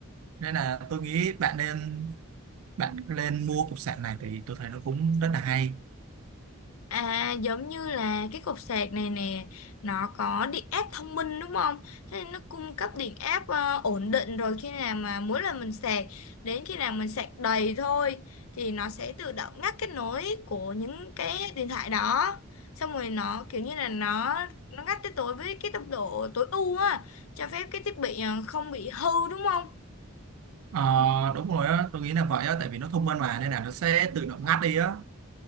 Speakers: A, on the right; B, on the left.
A: nên là tôi nghĩ bạn nên bạn nên mua cục sạc này thì tôi thấy nó cũng rất là hay
B: À giống như là cái cục sạc này nè Nó có điện áp thông minh đúng không Thế nên nó cung cấp điện áp ờ, ổn định rồi Khi nào mà mỗi lần mình sạc Đến khi nào mình sạc đầy thôi Thì nó sẽ tự động ngắt kết nối Của những cái điện thoại đó Xong rồi nó kiểu như là nó Nó ngắt tới tối với cái tốc độ tối ưu á Cho phép cái thiết bị ờ, không bị hư đúng không
A: Ờ, đúng rồi á tôi nghĩ là vậy á tại vì nó thông minh mà nên là nó sẽ tự động ngắt đi á